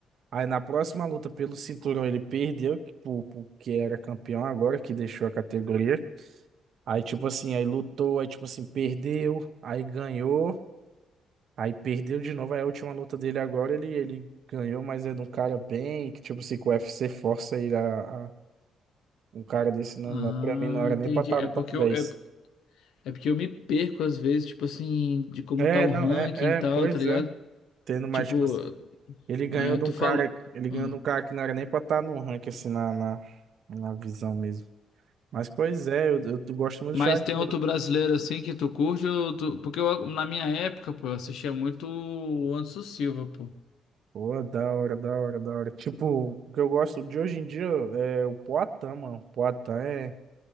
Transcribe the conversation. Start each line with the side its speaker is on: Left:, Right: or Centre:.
Right: Aí na próxima luta pelo cinturão ele perdeu, que pro- pro que era campeão agora, que deixou a categoria. Aí, tipo assim, aí lutou, aí, tipo assim, perdeu, aí ganhou, aí perdeu de novo. Aí a última luta dele agora, ele, ele ganhou, mas é de um cara bem, que, tipo assim, que o UFC força ele a, a- um cara desse nome,
Left: Ah,
Right: pra mim não era
Left: entendi.
Right: nem pra estar
Left: É
Right: no
Left: porque
Right: top dez
Left: eu, é, é porque eu me perco às vezes, tipo assim, de como
Right: É,
Left: tá o
Right: não,
Left: ranking
Right: é,
Left: e
Right: é,
Left: tal,
Right: pois
Left: tá ligado?
Right: é. Tendo mais,
Left: Tipo,
Right: tipo, Ele ganhou
Left: é,
Right: de
Left: tu
Right: um
Left: falou.
Right: cara, ele ganhou
Left: hum.
Right: de um cara que não era nem pra estar no ranking, assim, na, na, na visão mesmo. Mas, pois é, eu, eu gosto muito
Left: Mas
Right: do Charles
Left: tem
Right: Duarte.
Left: outro brasileiro assim que tu curte? ou tu- Porque eu, na minha época, pô, eu assistia muito o Anderson Silva, pô.
Right: Pô, da hora, da hora, da hora. Tipo, o que eu gosto de hoje em dia é o Poatan, mano. O Poatan é,